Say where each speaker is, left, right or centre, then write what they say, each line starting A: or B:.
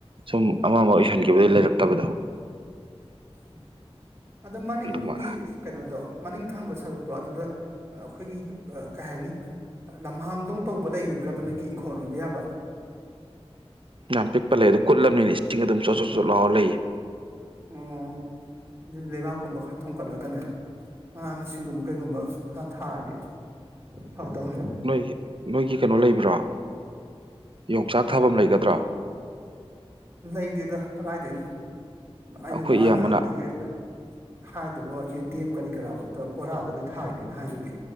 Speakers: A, on the right; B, on the right.
A: ꯁꯨꯝ ꯑꯃ ꯑꯃ ꯑꯣꯏꯁꯤꯟꯈꯤꯕꯗꯒꯤ ꯂꯩꯔꯛꯇꯕꯗꯣ
B: ꯎꯝ ꯑꯗꯣ ꯃꯅꯤꯡꯒꯤ
A: ꯑꯗꯨꯃꯥꯏꯅ
B: ꯀꯩꯅꯣꯗꯣ ꯃꯅꯤꯡ ꯊꯪꯕ ꯁꯔꯨꯛꯇꯣ ꯑꯗꯨꯗ ꯑꯩꯈꯣꯏꯒꯤ ꯀꯩ ꯍꯥꯏꯅꯤ ꯂꯝꯍꯥꯡꯗꯧ ꯇꯧꯕ ꯂꯩꯔꯤꯕ꯭ꯔꯕꯅꯒꯤ ꯏꯪꯈꯣꯜ ꯑꯣꯏꯕ ꯌꯥꯕ
A: ꯌꯥꯝ ꯄꯤꯛꯄ ꯂꯩ ꯑꯗꯨ ꯀꯨꯠꯂꯕꯅꯤꯅ ꯏꯁꯤꯡ ꯑꯗꯨꯝ ꯆꯣꯠ ꯆꯣꯠ ꯆꯣꯠ ꯂꯥꯎ ꯂꯩ
B: ꯑꯣ ꯑꯗꯨꯗꯤ ꯂꯩꯕꯥꯛꯀꯨꯝꯕ ꯈꯔ ꯊꯣꯀꯠꯂꯒꯅꯦ ꯃꯅꯥ ꯃꯁꯤꯡꯒꯨꯝꯕ ꯀꯩꯒꯨꯝꯕ ꯈꯔ ꯊꯥꯔꯗꯤ ꯐꯗꯧꯅꯤ
A: ꯅꯣꯏꯒꯤ ꯅꯣꯏꯒꯤ ꯀꯩꯅꯣ ꯂꯩꯕ꯭ꯔꯥ ꯌꯣꯡꯆꯥꯛ ꯊꯥꯐꯝ ꯂꯩꯒꯗ꯭ꯔꯥ
B: ꯂꯩꯇꯦꯗ ꯀꯗꯥꯥꯏꯗꯣꯏꯅꯣ ꯑꯩꯅ
A: ꯑꯩꯈꯣꯏ
B: ꯉꯔꯥꯡ
A: ꯏꯌꯥꯝꯕꯅ
B: ꯅꯍꯥꯟꯗꯒꯤ ꯍꯥꯏꯗꯨꯕ ꯌꯦꯟꯗꯦꯝ ꯀꯔꯤ ꯀꯔꯥꯐꯧꯗ ꯕꯣꯔꯥꯗ ꯂꯣꯏ ꯊꯥꯏꯅꯤꯅ ꯍꯥꯏꯗꯨꯗꯤ